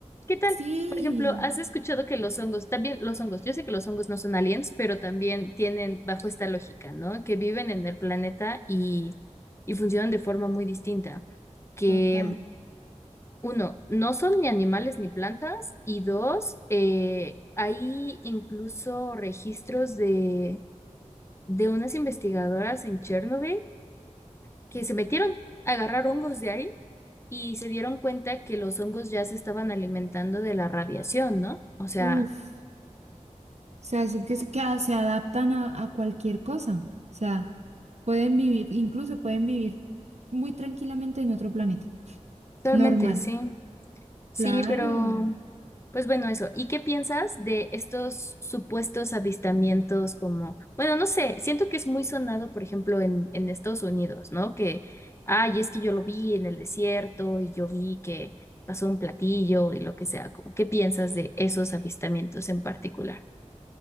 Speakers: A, on the left (about 20°); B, on the right (about 60°).
A: ¿qué tal?
B: Sí,
A: Por ejemplo, ¿has escuchado que los hongos, también los hongos, yo sé que los hongos no son aliens, pero también tienen bajo esta lógica, ¿no? Que viven en el planeta y, y funcionan de forma muy distinta. Que,
B: total.
A: uno, no son ni animales ni plantas, y dos, eh, hay incluso registros de, de unas investigadoras en Chernobyl que se metieron a agarrar hongos de ahí y se dieron cuenta que los hongos ya se estaban alimentando de la radiación, ¿no? O sea
B: Uf, o sea, es que, se que a- se adaptan a, a cualquier cosa. O sea, pueden vivir, incluso pueden vivir muy tranquilamente en otro planeta.
A: Totalmente,
B: Normal.
A: sí. Sí,
B: Claro.
A: pero pues bueno, eso. ¿Y qué piensas de estos supuestos avistamientos como, bueno, no sé, siento que es muy sonado, por ejemplo, en, en Estados Unidos, ¿no? Que, ay, es que yo lo vi en el desierto y yo vi que pasó un platillo y lo que sea. Como, ¿qué piensas de esos avistamientos en particular?